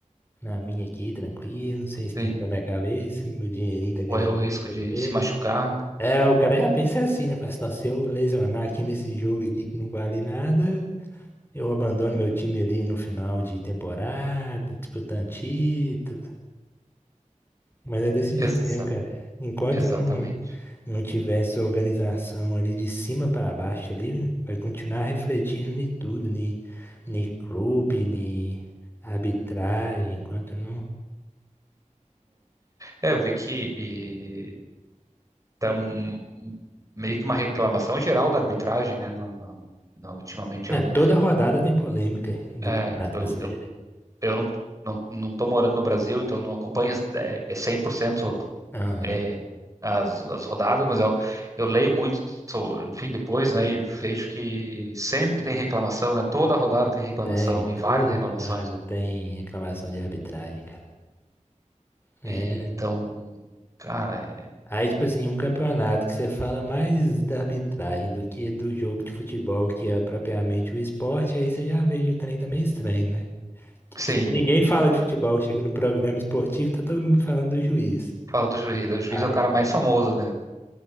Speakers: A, on the left; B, on the right.
A: na minha aqui, tranquilo, sem esquentar
B: tem,
A: minha cabeça, meu dinheirinho tá garantido,
B: corre o risco
A: tá
B: de
A: do mês.
B: se machucar.
A: É, o cara já pensa assim, né? Fala assim, nossa, se eu lesionar aqui nesse jogo aqui que não vale nada, eu abandono meu time ali no final de temporada, disputando título. Mas é desse
B: Exa-
A: jeito mesmo, cara. Enquanto
B: exatamente.
A: não, não tivesse organização ali de cima para baixo ali, vai continuar refletindo em tudo, em em clube, em arbitragem, enquanto não.
B: É, É, eu vi que e, tá um, um- meio que uma reclamação geral da arbitragem, né? No, no- no- ultimamente,
A: É,
B: eu, não-
A: toda rodada tem polêmica do
B: é,
A: Campeonato
B: tipo, eu,
A: Brasileiro.
B: eu eu não, não, não tô morando no Brasil, então não acompanho é, é 100%
A: Aham.
B: é, as, as rodadas, mas eu, eu leio muito, sou- enfim, depois, né, e vejo que sempre tem reclamação, né? Toda rodada tem reclamação
A: Tem,
B: e várias
A: toda
B: reclamações.
A: rodada tem reclamação de arbitragem, cara. É.
B: E, então, cara, é-
A: Aí, tipo assim, um campeonato que você fala mais da arbitragem do que do jogo de futebol, que é propriamente o esporte, aí você já vê que o trem tá meio estranho, né?
B: sim,
A: Por isso que Ninguém fala de futebol, chega no programa esportivo, tá todo mundo falando do juiz.
B: fala do juiz. O juiz
A: Aí.
B: é o cara mais famoso, né?